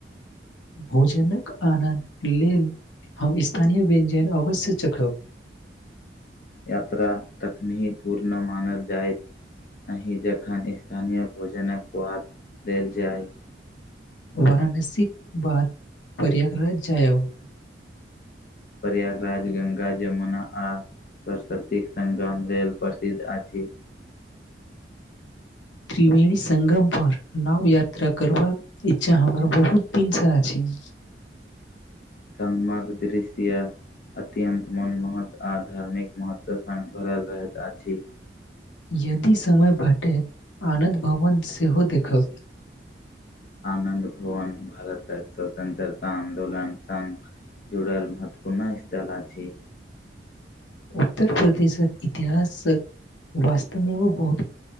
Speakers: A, on the left; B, on the left.
A: भोजनक आनन्द लेल हम स्थानीय व्यञ्जन अवश्य चखब
B: यात्रा तखनी ही पूर्ण मानल जाइत अहिं जखन स्थानीय भोजनक पआाद देल जाय
A: वाराणसी बाद प्रयागराज जायब
B: प्रयागराज गंगा जमुना आ सरस्वती संगम रेल प्रसिद्ध अछि
A: त्रिवेणी संगम पर नाव यात्रा करबाक इच्छा हमर बहुत दिनसं अछि <unintelligible>
B: <inaudible> संगमक दृश्य अत्यन्त मोनमहत आओ धार्मिक महत्व सङ्ग भरल त आछी
A: यदि समय भेटैत आनन्द भवन सेहो देखब
B: आनन्द भुवन भारतक स्वतन्त्रता आन्दोलन संघ जुड़ल महत्वपूर्ण स्थल अछि
A: उत्तर प्रदेशक इतिहासक वास्तमेमे व बहुत